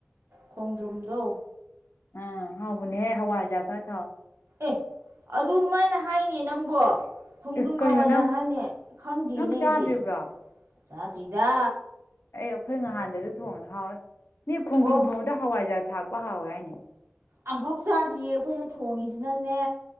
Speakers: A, on the right; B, on the left.
A: ꯈꯣꯡꯗ꯭ꯔꯨꯝꯗꯣ
B: ꯑ ꯍꯥꯎꯕꯨꯅꯦ ꯍ ꯍꯋꯥꯖꯒ ꯊꯥꯎ
A: ꯑꯦ ꯑꯗꯨꯃꯥꯏꯅ ꯍꯥꯏꯅꯦ ꯅꯪꯕꯣ ꯈꯣꯡꯗ꯭ꯔꯨꯝꯒꯋꯥꯏꯗ
B: ꯑꯦ ꯀꯩꯅꯣ ꯅꯪ
A: ꯍꯥꯏꯅꯦ ꯈꯪꯗꯦꯅꯦ
B: ꯅꯪ ꯆꯥꯗ꯭ꯔꯤꯕ꯭ꯔꯣ
A: ꯑꯩꯗꯤ ꯆꯥꯗ꯭ꯔꯤꯗ
B: ꯑꯩ ꯑꯩꯈꯣꯏ ꯅꯍꯥꯟꯗꯁꯨ ꯊꯣꯡꯕꯗ ꯍꯥꯎꯋꯦ ꯅ ꯈꯣꯡꯗ꯭ꯔꯨꯝ
A: ꯑꯣ
B: ꯊꯣꯡꯕꯗ ꯍꯋꯥꯏꯖꯥꯔ ꯊꯥꯛꯄ ꯍꯥꯎꯋꯦ ꯍꯥꯏꯅꯦ
A: ꯑꯃꯝꯐꯥꯎ ꯆꯥꯗ꯭ꯔꯤꯌꯦ ꯑꯩꯈꯣꯏꯅ ꯊꯣꯡꯉꯤꯁꯤꯅꯅꯦ